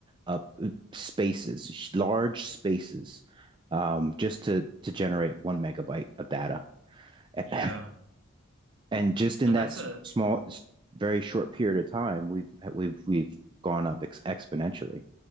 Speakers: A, on the right; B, on the right.
A: up spaces, large spaces, um, just to to generate one megabyte of data. <laughs>
B: Yeah.
A: And just in
B: No, that's
A: that
B: a
A: small, very short period of time, we've we've we've gone up ex exponentially.